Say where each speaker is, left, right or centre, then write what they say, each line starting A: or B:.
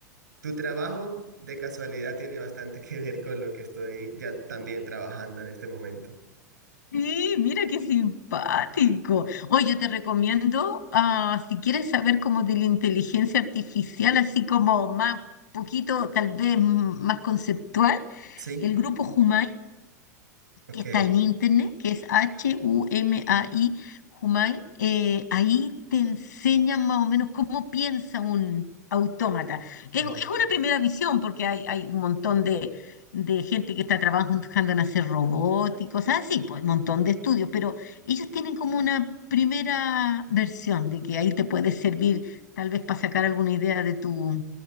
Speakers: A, on the right; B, on the left.
A: Tu trabajo de casualidad tiene bastante que ver con lo que estoy ya también trabajando en este momento.
B: Sí, mira qué simpático. Oye, yo te recomiendo, ah, si quieres saber como de la inteligencia artificial, así como más, poquito, tal vez mm, más conceptual,
A: Sí,
B: el grupo Humay
A: ok.
B: que está en internet, que es H-U-M-A-I, Humai, eh, ahí te enseñan más o menos cómo piensa un autómata. Es,
A: ujú.
B: es una primera visión, porque hay, hay un montón de, de gente que está trabajando en hacer robots y cosas así, pues un montón de estudios, pero ellos tienen como una primera versión de que ahí te puede servir tal vez para sacar alguna idea de tu,